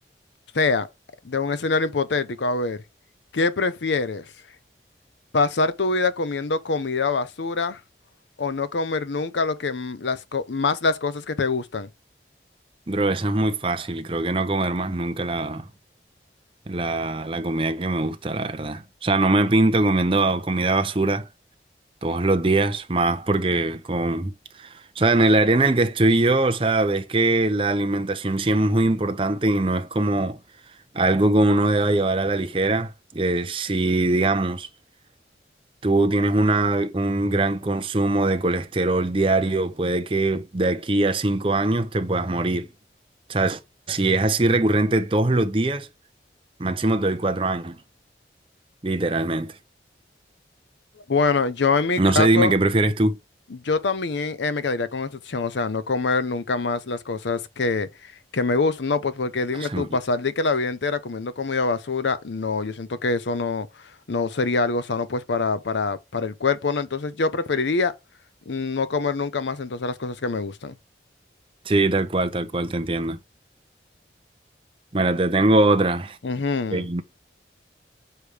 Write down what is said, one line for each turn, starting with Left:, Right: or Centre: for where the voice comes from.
Left: o sea, de un escenario hipotético, a ver, ¿qué prefieres? Pasar tu vida comiendo comida basura o no comer nunca lo que m- las co- más las cosas que te gustan.
Right: Bro, eso es muy fácil. Creo que no comer más nunca la, la, la comida que me gusta, la verdad. O sea, no me pinto comiendo comida basura todos los días, más porque con O sea, en el área en el que estoy yo, o sea, ves que la alimentación sí es muy importante y no es como algo que uno deba llevar a la ligera. Eh, si, digamos, tú tienes una, un gran consumo de colesterol diario, puede que de aquí a cinco años te puedas morir. O sea, si es así recurrente todos los días, máximo te doy cuatro años, literalmente.
Left: Bueno, yo en mi
Right: No
Left: caso,
Right: sé, dime, ¿qué prefieres tú?
Left: yo también eh, me quedaría con esta opción, o sea, no comer nunca más las cosas que, que me gustan. No, pues porque dime
Right: Se
Left: tú,
Right: me-
Left: pasar de que la vida entera comiendo comida basura, no, yo siento que eso no, no sería algo sano pues para, para, para el cuerpo, ¿no? Entonces yo preferiría mm, no comer nunca más entonces las cosas que me gustan.
Right: Sí, tal cual, tal cual, te entiendo. Bueno, te tengo otra.
Left: Ujú.
Right: Eh,